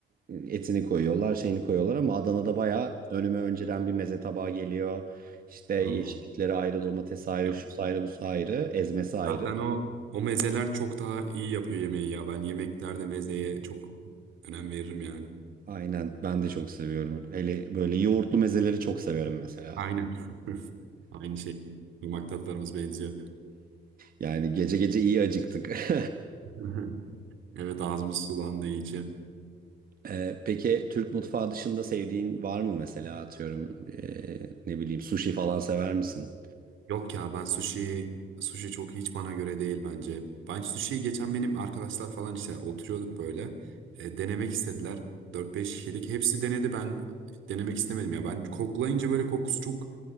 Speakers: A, on the right (about 45°); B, on the right (about 75°).
A: etini koyuyorlar şeyini koyuyorlar ama Adana'da bayağı önüme önceden bir meze tabağı geliyor. İşte yeşillikleri
B: Ama.
A: ayrı domates ayrı
B: Ya,
A: şu ayrı bu ayrı ezmesi ayrı.
B: Zaten o o mezeler çok daha iyi yapıyor yemeği ya. Ben yemeklerde mezeye çok önem veririm yani.
A: Aynen ben de çok seviyorum. Hele böyle yoğurtlu mezeleri çok severim mesela.
B: Aynen. Aynı şey. Yumak tatlarımız benziyor.
A: Yani gece gece iyi acıktık. <laughs>
B: <laughs> Evet ağzımız sulandı iyice.
A: Ee, peki Türk mutfağı dışında sevdiğin var mı mesela atıyorum ee, ne bileyim sushi falan sever misin?
B: Yok ya ben sushi sushi çok hiç bana göre değil bence. Ben sushi'yi geçen benim arkadaşlar falan işte oturuyorduk böyle. E, denemek istediler. dört beş kişilik. Hepsi denedi ben denemek istemedim ya. Ben koklayınca böyle kokusu çok